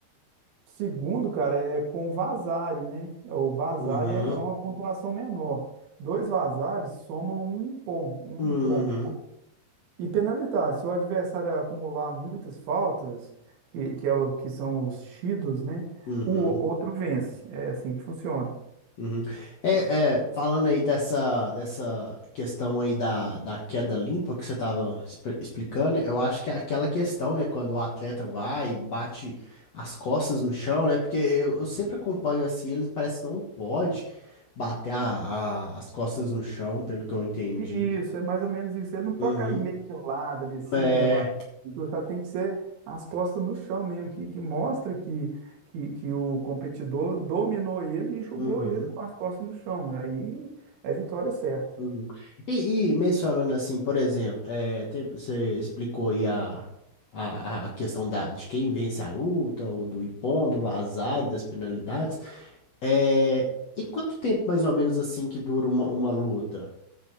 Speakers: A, on the right; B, on the left.
A: Segundo, cara, é com o Vasari, né? É, O Vasari
B: Uhum.
A: é é uma pontuação menor. Dois Vasares somam um Ippon, um
B: Uhum,
A: Ippon. E penalidade, se o adversário acumular muitas faltas, que, que, é o, que são os Shidos, né?
B: uhum,
A: O o- outro vence. É assim que funciona.
B: uhum. É, é, falando aí dessa, dessa questão aí da, da queda limpa que você estava explicando, eu acho que é aquela questão, né, quando o atleta vai e bate as costas no chão, né, porque eu, eu sempre acompanho assim, ele parece que não pode bater a, a- as costas no chão, pelo que eu entendi.
A: Isso, é mais ou menos isso. Ele não pode
B: Uhum.
A: cair meio de lado ali assim,
B: É,
A: é bastante, sabe? Tem que ser as costas no chão mesmo, que, que mostra que, que, que o competidor dominou ele e jogou
B: uhum.
A: ele com as costas no chão. Aí é vitória certa.
B: Uhum. E, e mencionando assim, por exemplo, é, tem- você explicou aí a, a, a questão da, de quem vence a luta, ou do Ippon, do Vazar e das penalidades. É, e quanto tempo mais ou menos assim que dura uma, uma luta?